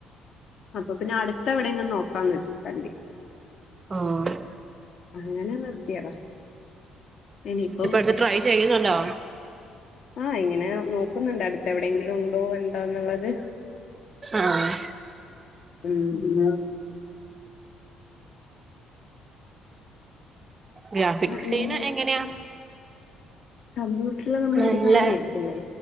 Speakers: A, on the left; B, on the right.
A: അപ്പൊ പിന്നെ അടുത്ത എവിടെങ്കിലും നോക്കാന്ന് വച്ചു കരുതി
B: ഓഹ്
A: അങ്ങനെ നിർത്തിയതാ ഇനിയിപ്പം
B: ട്ടിപ്പ അടുത്ത് ട്രൈ ചെയ്യുന്നുണ്ടോ
A: ആഹ് ഇങ്ങനെ നോക്കുന്നുണ്ട് അടുത്ത് എവിടെയെങ്കിലും ഉണ്ടോ ഉണ്ടോന്നുള്ളത്
B: ആഹ്
A: ഉം ഉം
B: ഗ്രാഫിക്
A: ഉം
B: സെയ്ന് എങ്ങനെയാ
A: കമ്പ്യൂട്ടറിൽ നമ്മള്
B: നല്ല
A: ഡിസൈൻ ചെയ്യത്തില്ലേ